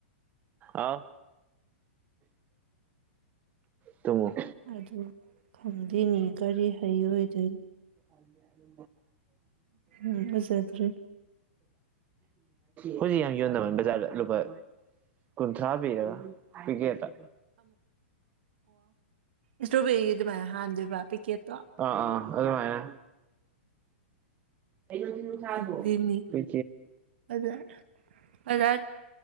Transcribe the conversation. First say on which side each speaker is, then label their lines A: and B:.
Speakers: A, on the right; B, on the right.
A: ꯑꯥꯎ ꯇꯃꯣ
B: ꯑꯗꯨ ꯈꯪꯗꯦꯅꯤ ꯀꯔꯤ ꯍꯩꯔꯗꯣꯏꯅꯤ
A: ꯑꯩꯣꯏ
B: ꯎꯝ ꯎꯖꯗ꯭ꯔꯤ
A: ꯍꯧꯖꯤꯛ ꯌꯥꯝ ꯌꫭꯟꯅꯕꯅꯤ ꯕꯖꯥꯔꯗ ꯂꯨꯄꯥ ꯀꯨꯟꯊ꯭ꯔꯥ ꯄꯤꯔꯒ ꯄꯤꯀ‌ꯦꯠꯇ
B: ꯏꯁꯇ꯭ꯔꯣꯕꯦꯔꯤꯒꯤ ꯑꯗꯨꯃꯥꯏꯅ ꯍꯥꯟꯗꯣꯏꯕ ꯄꯦꯛꯀꯦꯠꯇꯣ
A: ꯑꯥ ꯑꯥ ꯑꯗꯨ ꯃꯥꯥꯏꯅ ꯑꯩ ꯁꯥꯥꯕꯣ
B: ꯈꯪꯗꯦꯅꯤ
A: ꯑ
B: ꯑꯗ ꯑꯗ